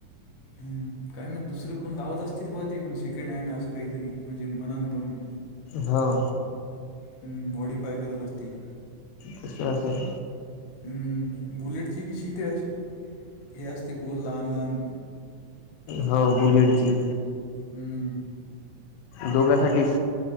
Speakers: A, on the left; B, on the left.
A: ह काय म दुसरीकडून लावत असतील ब ते मग सेकंड हँड असं काहीतरी म्हणजे मनानं बनून.
B: हां
A: हम् मॉडीफाय करत असतील
B: तस अस.
A: ह् बुलेटची बी सीटे अशी हे असते गोल लहान लहान.
B: हो बुलेटची
A: हम्म
B: दोघासाठीच.